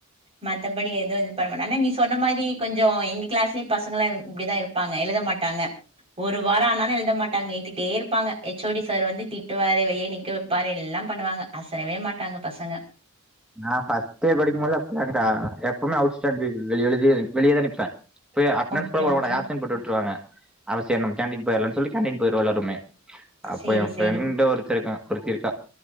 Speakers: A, on the right (about 30°); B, in the centre.
A: மத்தபடி எது இது பண்ண மாட்டே ஆனா நீ சொன்ன மாரி கொஞ்சோ எங்க க்ளாஸ்லயு பசங்கள்ல்லா இப்டிதா இருப்பாங்க எழுத மாட்டாங்க ஒரு வாரோ ஆனாலு எழுத மாட்டாங்க இழுத்திட்டே ப்பாங்க எச் ஓ டி சார் வந்து திட்டுவாரு வெளிய நிக்க வெப்பாரு எல்லா பண்ணுவாங்க அசரவே மாட்டாங்க பசங்க
B: நா ஃபர்ஸ்ட்டே படிக்கும்போலு அப்டிதாக்கா எப்போமே அவுட் ஸ்டாண்டிங் வெளியலுது வெளிய தா நிப்பே போய் அட்டென்டன்ஸ்
A: ஓகே
B: கூட போட
A: ஓகே
B: மாட்டாங்க ஆப்ஸென்ட் போட்டு விட்ருவாங்க அப்ப சேரி நம்ம கேன்டீன் போய்டலான் சொல்லி கேன்டீன் போய்ருவோ எல்லாருமே அப்போ
A: சேரி
B: எ ஃப்ரெண்ட்டு
A: சேரி
B: ஒருத்தேருக்கா ஒருத்திருக்கா